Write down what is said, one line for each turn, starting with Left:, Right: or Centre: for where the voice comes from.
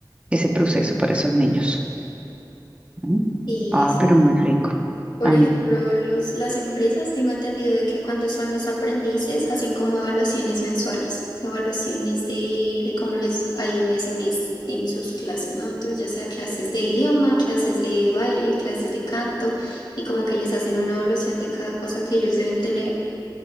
Right: ese proceso para esos niños. ¿no?
Left: Sí,
Right: Ah,
Left: o
Right: pero muy rico.
Left: Por
Right: A
Left: ejemplo,
Right: mí,
Left: los, las empresas, tengo entendido de que cuando son los aprendices hacen como evaluaciones mensuales, evaluaciones de, de cómo les ha ido ese mes en sus clases, ¿no? Entonces, ya sea clases de idioma, clases de baile, clases de canto, y como que les hacen una evaluación de cada cosa que ellos deben tener,